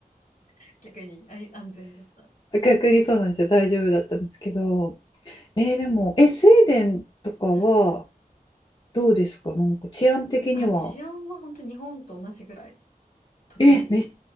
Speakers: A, on the left (about 60°); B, on the left (about 30°).
A: <laughs> 逆にあい安全だった。
B: <laughs> 逆にそうなんですよ大丈夫だったんですけどえーでもえスウェーデンとかは
A: はい
B: どうですか、なんか治安的には。
A: あ、治安は本当に日本と同じぐらい、とてもいい。
B: え、め、